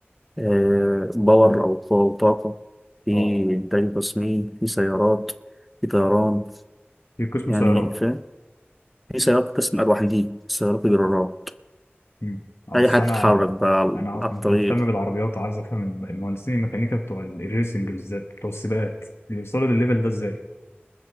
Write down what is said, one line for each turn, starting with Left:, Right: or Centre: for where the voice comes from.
Centre: إيه، باور
Left: مم.
Centre: أو قوة وطاقة في
Left: اه
Centre: إنتاج وتصميم في سيارات في طيران
Left: مم. في قسم
Centre: يعني
Left: سيارات
Centre: فاهم في سيارات قسم أرواح دي سيارات جرارات
Left: مم. اه
Centre: أي
Left: اصل
Centre: حد
Left: انا
Centre: تتحرك بقى
Left: انا اصلا
Centre: على الطريق
Left: كنت مهتم بالعربيات وعايز افهم الم- المهندسين الميكانيكا بتوع ال- الريسنج بالذات بتوع السباقات بيوصلوا للليفل ده ازاي